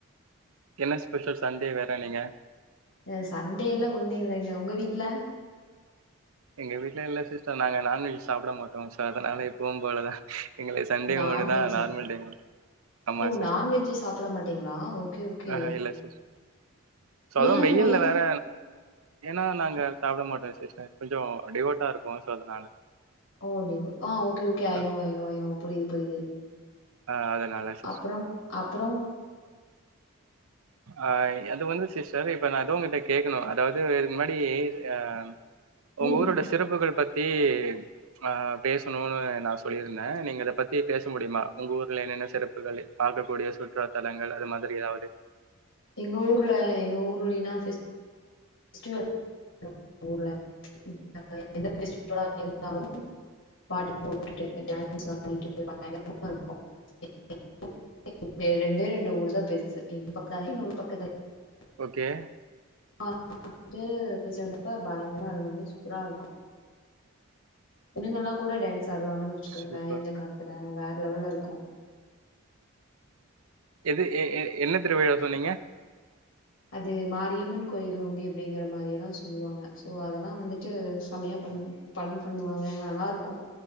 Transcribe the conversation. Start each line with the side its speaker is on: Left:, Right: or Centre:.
Right: என்ன ஸ்பெஷல் சண்டே வேற நீங்க
Left: அ சண்டேல ஒண்ணு இல்லைங்க உங்க வீட்ல
Right: எங்க வீட்ல இல்ல சிஸ்டர் நாங்க நாண்வெஜ் சாப்ட மாட்டோம் சோ அதனால எப்பவும் போலதான் எங்களுக்கு சண்டே
Left: நான்வெஜ்ஜு
Right: ஒண்ணுதான் நார்மல்டேவு ஆமா
Left: ஓ
Right: சிஸ்டர்
Left: நான்வெஜ்ஜே சாப்ட மாட்டீங்களா ஓகே ஓகே
Right: ஆஹா இல்ல சிஸ் சோ அதுவும்
Left: ஏ
Right: வெயில்
Left: ஒய்
Right: வேற ஏன்னா நாங்க சாப்ட மாட்டோம் சிஸ்டர் கொஞ்சோம் டிவோட்டா இருப்போம் சோ அதனால
Left: ஓ டிவோட் அ okay okay I
Right: ah
Left: know I know ஐனோ புரிது புரிது
Right: ஆ, அதனால சிஸ்
Left: அப்றோம் அப்றோம்
Right: ஆ அது வந்து சிஸ்டர் இப்ப நான் எது உங்கிட்ட கேக்கணும் அதாவது இதுக்கு முன்னாடி அ உங்க
Left: ம்
Right: ஊரோட சிறப்புகள் பத்தி ஆ பேசணும்னு நான் சொல்லியிருந்தேன் நீங்க அத பத்தி பேச முடியுமா உங்க ஊர்ல என்னென்ன சிறப்புகள் பார்க்கக்கூடிய சுற்றுலா தலங்கள் அது மாதிரி ஏதாவது
Left: எங்க ஊர்ல எங்க ஊர்லினா <unintelligible>
Right: ஓகே
Left: வந்துட்டு ஃபெஸ்டிவலப்ப பயங்கரமா எல்லாமே சூப்பரா இருக்கும் புல்லிங்கல்லாம் கூட டான்ஸ் ஆடுவாங்கன்னு வச்சுக்கோங்களேன்
Right: சூப்பர்
Left: இந்த காலத்துல வேற வேறலெவல்ல இருக்கும்
Right: எது எ எ என்ன திருவிழா சொன்னீங்க
Left: அது மாரியம்மன் கோயில் நோம்பி அப்டிங்கிற மாரி எல்லாம் சொல்லுவாங்க சோ அதெல்லாம் வந்துட்டு செமையா பண் ஃபண் பண்ணுவாங்க நல்லா இருக்கும்